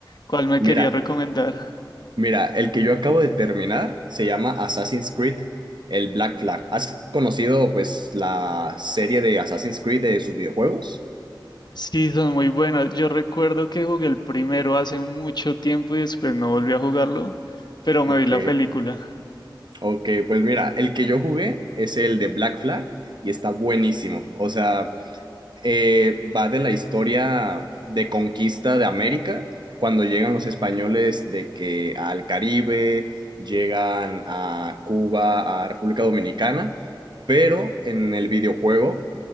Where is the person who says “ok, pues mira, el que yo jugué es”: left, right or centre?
Right